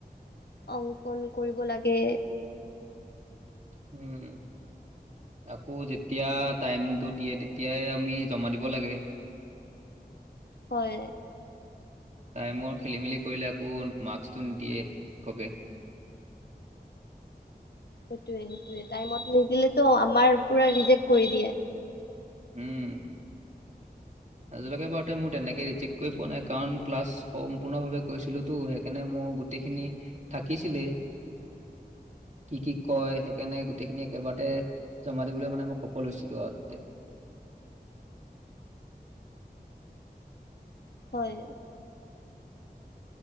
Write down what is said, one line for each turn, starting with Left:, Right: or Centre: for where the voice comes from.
Left: অংকন কৰিব লাগে।
Right: উম। আকৌ যেতিয়া টাইমটো দিয়ে তেতিয়াই আমি জমা দিব লাগে।
Left: হয়।
Right: টাইমৰ খেলি মেলি কৰিলে আকৌ মাস্কটো নিদিয়ে শিক্ষকে।
Left: সেইটোৱে সেইটোৱে টাইমত নিদিলেতো আমাৰ পুৰা ৰিজেক্ট কৰি দিয়ে।
Right: উম। আজিলৈকে বাৰুতে মোৰ তেনেকৈ ৰিজেক্ট কৰি পোৱা নাই। কাৰণ ক্লাছ সম্পূৰ্ণভাৱে কৰিছিলোতো সেইকাৰণে মোৰ গোটেইখিনি থাকিছিলে কি কি কয় কেনে গোটেইখিনি একেবাৰতে জমা দিবলৈ মানে মই সফল হৈছিলো আৰু।
Left: হয়।